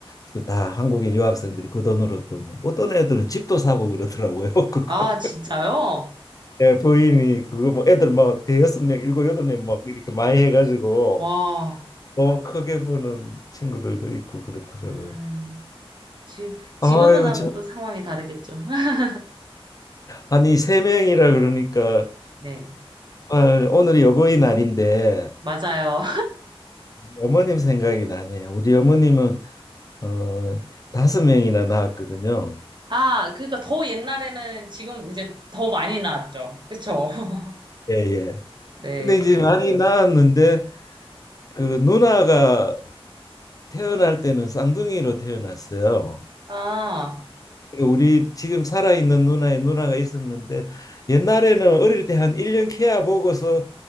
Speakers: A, on the left; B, on the right.
A: 그 다 한국인 유학생들이 그 돈으로 또 뭐 어떤 애들은 집도 사고 그러더라고요. <laughs> 그거
B: 아, 진짜요?
A: 예, 부인이 그거 뭐 애들 막 대여섯 명, 일곱 여덟 명 막 이렇게 많이 해가지고
B: 와.
A: 너무 크게 보는 친구들도 있고 그렇더라고요.
B: 음. 지, 지금은
A: 아유,
B: 아마
A: 참.
B: 또 상황이 다르겠죠. <laughs>
A: 아니 세 명이라 그러니까
B: 네.
A: 정말 오늘이 어버이날인데
B: 맞아요.
A: 어머님 생각이 나네요. 우리 어머님은 어, 다섯 명이나 낳았거든요.
B: 아, 그러니까 더 옛날에는 지금 이제 더 많이 나왔죠. 그쵸? <laughs>
A: 예, 예.
B: 네.
A: 근데 이제 많이 낳았는데 그 누나가 태어날 때는 쌍둥이로 태어났어요.
B: 아,
A: 우리 지금 살아있는 누나의 누나가 있었는데 옛날에는 어릴 때 한 1년 케워 보고서